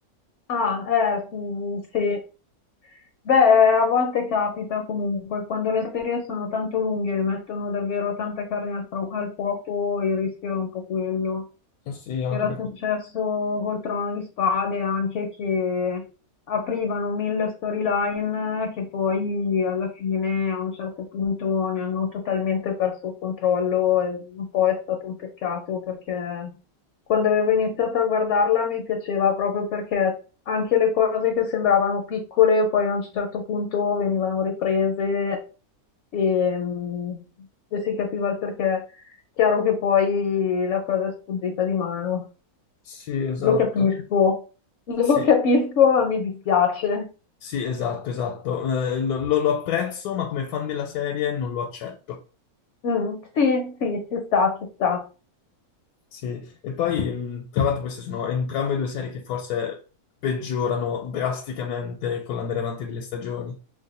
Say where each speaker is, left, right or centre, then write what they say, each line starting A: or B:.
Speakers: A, on the left; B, on the left.
A: Ah, eh, mm, sì. Beh, a volte capita comunque, quando le serie sono tanto lunghe e mettono davvero tanta carne al, fro- al fuoco, il rischio è un po' quello.
B: Sì, anche
A: Era
B: perché...
A: successo col Trono di Spade anche che aprivano mille storyline che poi alla fine a un certo punto ne hanno totalmente perso il controllo e un po' è stato un peccato perché quando avevo iniziato a guardarla mi piaceva proprio perché anche le cose che sembravano piccole poi a un certo punto venivano riprese e, mm, e si capiva il perché. Chiaro che poi la cosa è sfuggita di mano.
B: Sì, esatto.
A: Lo capisco, <laughs> lo
B: Sì.
A: capisco, ma mi dispiace.
B: Sì, esatto, esatto. Eh, lo, lo- lo apprezzo, ma come fan della serie non lo accetto.
A: Mm, sì, sì, ci sta, ci sta.
B: Sì, e poi mh, tra l'altro queste sono entrambe due serie che forse peggiorano drasticamente con l'andare avanti delle stagioni.